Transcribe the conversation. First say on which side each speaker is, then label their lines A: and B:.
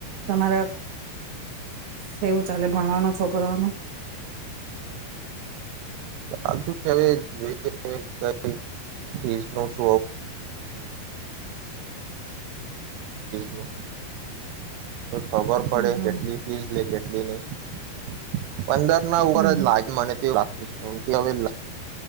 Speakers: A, on the right; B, on the right.
A: તમારા કેવું ચાલે ભણવાનું છોકરાઓનું
B: ચાલતું હવે જો <inaudible> ફીસ નુ <inaudible> તો ખબર પડે
A: હમ હમ
B: કેટલી ફીઝ લે કે. <inaudible> પંદર ના ઉપર
A: હમ
B: જ લાગે મને તે વુ કેમ કે હવે <inaudible>